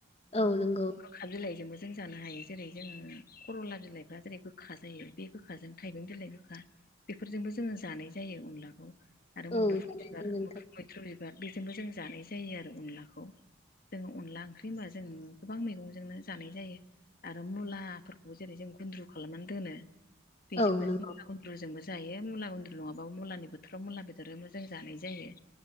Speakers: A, on the left (about 30°); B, on the left (about 45°).
A: औ नंगौ
B: खा बिलाइजोंबो जों जानो हायो जेरै जोंङो खरला बिलाइफ्रा जेरै गोखा जायो बे गोखाजों थाइबें बिलाइ गोखा बेफोरजोंबो जोंङो जानाय जायो अनलाखौ। आरो मुदुफुल
A: औ जानायजों
B: बिबार
A: नोंथां
B: मु-मैथ्रु बिबार बेजोंबो जों जानाय जायो आरो अनलाखौ। जोङो अनला ओंख्रि होनबा जों गोबां मैगंजोंनो जानाय जायो। आरो मुलाफोरखौबो जेरै जों गुन्द्रु खालामनानै दोनो बेजोंबो
A: औ नंगौ
B: जों गुन्द्रुजोंबो जायो मुला गुन्द्रु नङाबाबो मुलानि बोथोराव मुला बेदरजोंबो जों जानाय जायो।